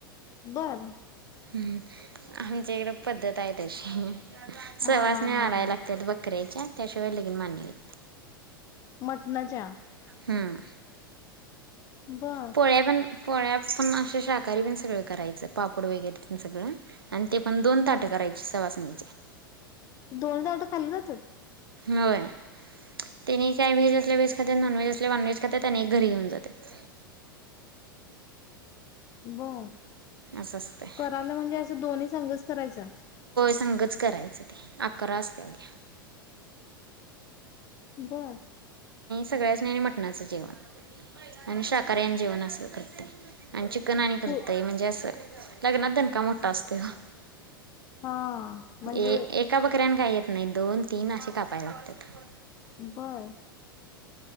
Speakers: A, on the left (about 25°); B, on the right (about 75°).
A: बर
B: हम्म आमच्या इकडे पद्धत आहे तशी सवास
A: हा हा
B: मिळालाय
A: हा हा
B: लागतात ब कर्रेच्या त्याशिवाय लेगीन मान्य होत नाही.
A: मटनच्या
B: हां.
A: बर
B: पोळ्या पण पोळ्या पण अशे शाकाहारी पण सगळं करायचं पापड वगैरे प सगळं. आणि ते पण दोन ताटं
A: बर
B: करायची सवासनी.
A: दोन ताटं खाल्ली जातात.
B: होय. त्यांने काही व्हेज असले व्हेज खाते नॉन व्हेज असले नॉन व्हेज खातात आणि एक घरी घेऊन जातात.
A: बर
B: असं असतंय
A: करायला म्हणजे असं दोन्ही संघच करायचं.
B: संघच करायचं ते अकरा असतेत.
A: बर.
B: सगळ्याच मटणाचं जेवण आणि शाकाऱ्यान जेवण असं करते. आणि चिकन आणि करतय
A: पू
B: म्हणजे असं लग्नात दणका मोठा असतोय ओ.
A: हा म्हणजे
B: ए एका बकऱ्याने काही येत नाही दोन तीन असे कापायला लागतात.
A: बर